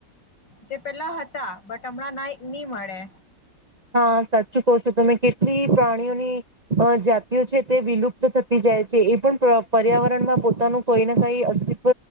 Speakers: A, on the left; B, on the right.
A: જે પહેલા હતા બટ હમણાં ના ની મળે.
B: હા સાચું કહો છો તમે, કેટલી પ્રાણીઓની અહ જાતિઓ છે તે વિલુપ્ત થતી જાય છે, એ પણ પ્ર પર્યાવરણમાં પોતાનું કોઈને કંઈ અસ્તિત્વ